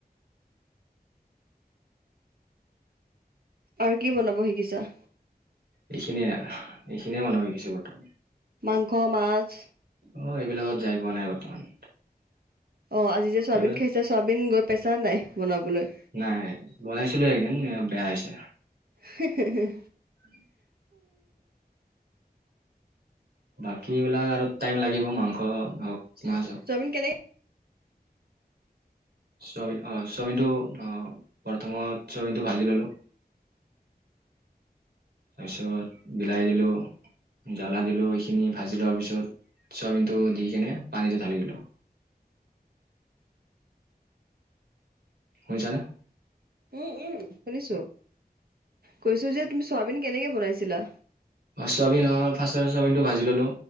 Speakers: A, on the right (about 65°); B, on the right (about 85°).
A: আৰু কি বনাব শিকিছা?
B: এইখিনিয়ে এইখিনিয়ে বনাব শিকিছোঁ বৰ্তমান।
A: মাংস, মাছ
B: অ এইবিলাকত যাই পোৱা নাই বৰ্তমান।
A: অ আজি যে চোৱাবিন
B: এইবিলাক
A: খাইছে চোৱাবিন গৈ পাইচা নে নাই বনাবলৈ?
B: নাই বনাইছিলো একদিন বেয়া হৈছে।
A: হিঃ হিঃ হিঃ।
B: <unintelligible> বাকীবিলাক আৰু টাইম লাগিব মাংস হওক মাছ হওক।
A: চোৱাবিন কেনেকে
B: চোৱাবিন অ চোৱাবিন টো অ প্ৰথমতে চোৱাবিন টো ভাজি ললো, তাৰপিছত বিলাহী দিলোঁ, জ্বালা দিলোঁ এইখিনি ভাজি লোৱাৰ পিছত চাওমিনটো দি কেনে পানীটো ঢালি দিলোঁ। শুনিছা নে?
A: উম উম শুনিছো কৈছো যে তুমি চোৱাবিন কেনেকে বনাইছিলা?
B: অ ছয়াবিন ফাৰ্ষ্টত চয়াবিনটো ভাজি ল'লোঁ